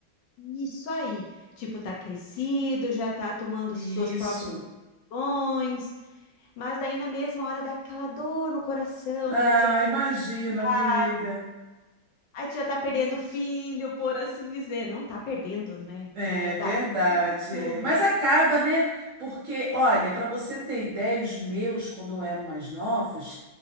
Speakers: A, on the left (about 70°); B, on the right (about 50°).
A: Isso aí. Tipo, tá crescido, já tá tomando
B: Isso.
A: suas próprias decisões, mas daí na mesma hora dá aquela dor no coração
B: Ah,
A: dele já querer
B: imagina,
A: casa.
B: amiga.
A: Aí tu já tá perdendo o filho, por assim dizer. Não tá perdendo, né?
B: É
A: Mas
B: verdade.
A: dá aquela sensação,
B: é. Mas
A: né?
B: acaba, né? Porque, olha, para você ter ideia, os meus, quando eu eram mais novos,